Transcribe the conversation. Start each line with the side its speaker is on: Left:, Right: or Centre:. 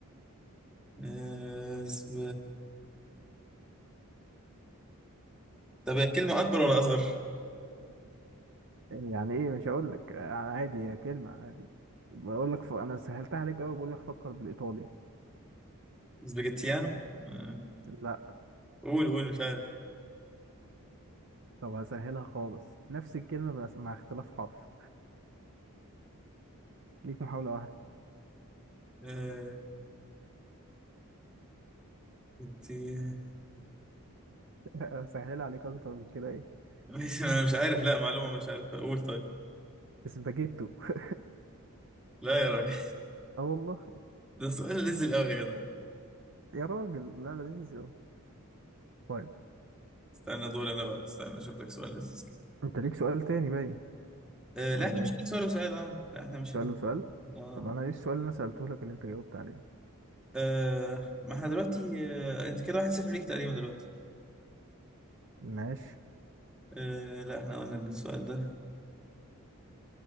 Centre: آه، سب... طب هي كلمة اكبر ولا اصغر
Right: يعني ايه مش هقول لك يعني عادي هي كلمه عادي بقول لك ف... انا سهلتها عليك قوي بقول لك فكر بالايطالي
Centre: سباجيتيانو آه.
Right: لا
Centre: قول قول مش عارف
Right: طب هسهلها خالص نفس الكلمه بس مع اختلاف حرف ليك محاولة واحدة
Centre: آه. انت <laughs>
Right: <laughs> سهل عليك أكتر من كده إيه
Centre: مش أنا مش عارف لا معلومة مش عارف قول طيب
Right: اسباجيتو <laughs>
Centre: لا يا راجل
Right: اه والله
Centre: <laughs> ده سؤال نزل قوي يا جدع
Right: يا راجل لا لذيذ يا طيب
Centre: استنى دول انا بقى استنى اشوف لك سؤال لذيذ كده
Right: أنت ليك سؤال تاني باين
Centre: آه
Right: ولا
Centre: لا احنا مشينا
Right: إيه
Centre: سؤال وسؤال اه لا احنا مشينا
Right: سؤال وسؤال
Centre: اه,
Right: طب أنا إيه السؤال اللي أنا سألته لك اللي أنت جاوبت عليه
Centre: آه ما احنا دلوقتي آه انت كده واحد صفر ليك تقريبا دلوقتي
Right: ماشي
Centre: آه لا احنا قلنا السؤال ده